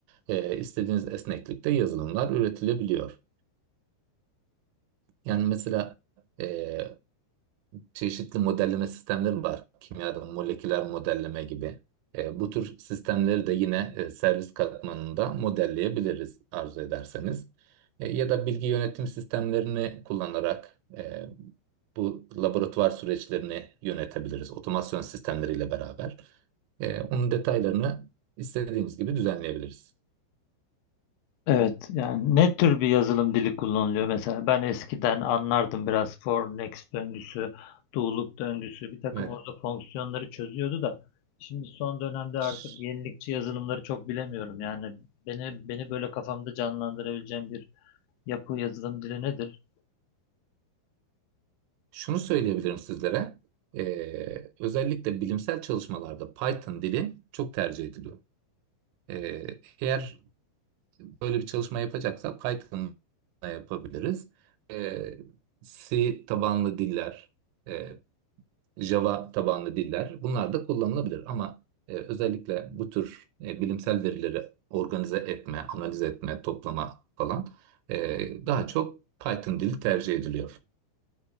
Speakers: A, on the right; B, on the left.
A: e, istediğiniz esneklikte yazılımlar üretilebiliyor. Yani mesela e, çeşitli modelleme sistemleri var. Kimyada moleküler modelleme gibi. E, bu tür sistemleri de yine e, servis katmanında modelleyebiliriz arzu ederseniz. E, ya da bilgi yönetim sistemlerini kullanarak e, bu laboratuvar süreçlerini yönetebiliriz. Otomasyon sistemleriyle beraber. E, onun detaylarını istediğimiz gibi düzenleyebiliriz.
B: Evet, yani ne tür bir yazılım dili kullanılıyor mesela? Ben eskiden anlardım biraz for next döngüsü, do loop döngüsü, bir takım
A: Evet.
B: orada fonksiyonları çözüyordu da şimdi son dönemde artık
A: Ş-
B: yenilikçi yazılımları çok bilemiyorum. Yani beni beni böyle kafamda canlandırabileceğim bir yapı yazılım dili nedir?
A: Şunu söyleyebilirim sizlere. E, özellikle bilimsel çalışmalarda Python dili çok tercih ediliyor. Ee, eğer böyle bir çalışma yapacaksak Python'la yapabiliriz. Ee, C tabanlı diller, e, Java tabanlı diller bunlar da kullanılabilir. Ama e, özellikle bu tür e, bilimsel verileri organize etme, analiz etme, toplama falan e, daha çok Python dili tercih ediliyor.